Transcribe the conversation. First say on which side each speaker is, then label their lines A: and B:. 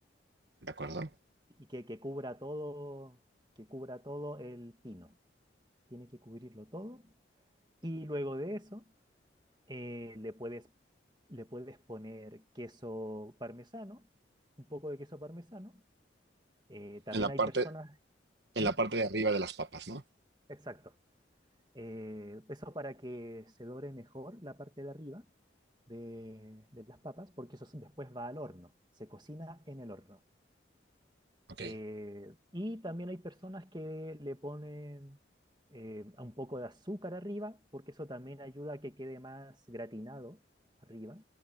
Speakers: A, on the right (about 65°); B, on the right (about 25°).
A: ¿de acuerdo?
B: y que, que cubra todo, que cubra todo el pino. Tiene que cubrirlo todo. Y luego de eso Eh, le puedes, le puedes poner queso parmesano, un poco de queso parmesano. Eh, también
A: En la
B: hay
A: parte,
B: personas...
A: en
B: ¿Mm?
A: la parte de arriba de las papas, ¿no?
B: Exacto. Eh, eso para que se dore mejor la parte de arriba de, de las papas, porque eso se- después va al horno, se cocina en el horno.
A: Ok.
B: Eh, y también hay personas que le ponen eh, un poco de azúcar arriba, porque eso también ayuda a que quede más gratinado arriba.